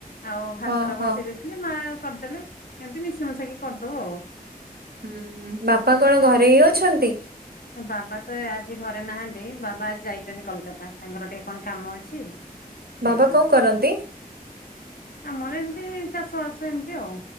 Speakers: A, on the left; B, on the right.
A: ଆଉ ଭାତଟା
B: ଓହୋ
A: ବସେଇ ଦେ ଥିଲି ମା କରିଦେଲେ ଏମିତି ମିଶି ମୁଶାକି କରିଦୋଉ ଆଉ।
B: ହୁଁ ହୁଁ ବାପା କଣ ଘରେ ହିଁ ଅଛନ୍ତି?
A: ଅଁ ବାବା ତ ଆଜି ଘରେ ନାହାନ୍ତି ବାବା ଆଜି ଯାଇଚନ୍ତି କଲକାତା ତାଙ୍କର ଟିଏ କଣ କାମ ଅଛି। ଯାଇଛନ୍ତି।
B: ବାବା କଣ କରନ୍ତି?
A: ଆମର ଏମତି ଚାଷବାସ ଏମତି ଆଉ।